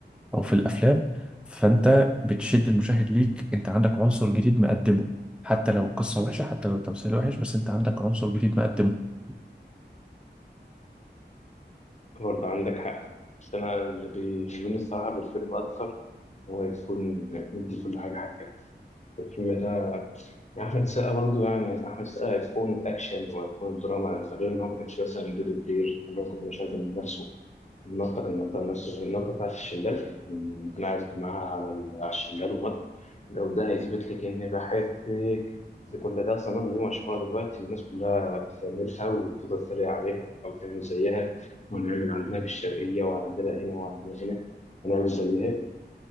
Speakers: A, in the centre; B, on the left.
A: او في الافلام فانت بتشد المشاهد ليك انت عندك عنصر جديد مقدمه حتى لو القصه وحشه حتى لو التمثيل وحش بس انت عندك عنصر جديد مقدمه
B: برضه عندك حق بس أنا اللي بيهمني الصراحة في الفيلم أكتر إن هو يكون مدي لكل حاجة حقها الفيلم ده يعني أحمد السقا برضه يعني أحمد السقا أيقونة أكشن وأيقونة دراما ده غير إن هو ما كانش مثلا دودو بلير اللي هو كل مش عايز من نفسه النطة كان نطة نفسه النطة بتاعت الشلال من- لما كان قاعد معاها على ال- على الشلال ونط لو ده هيثبت لك إني بحبك ده كل ده أصلا النطة دي مشهورة دلوقتي والناس كلها بتعملها وتفضل تتريق عليها أو تعمل زيها ونعمل عندنا في الشرقية وعندنا هنا وعندنا هنا ونعمل زيها